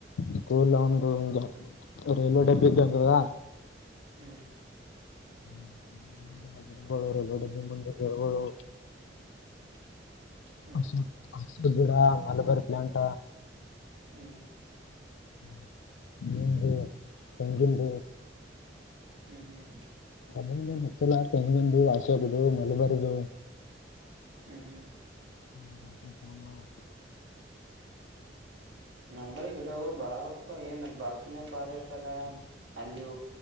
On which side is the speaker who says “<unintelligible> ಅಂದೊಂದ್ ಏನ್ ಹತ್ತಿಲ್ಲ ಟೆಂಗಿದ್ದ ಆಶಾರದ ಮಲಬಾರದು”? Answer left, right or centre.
Left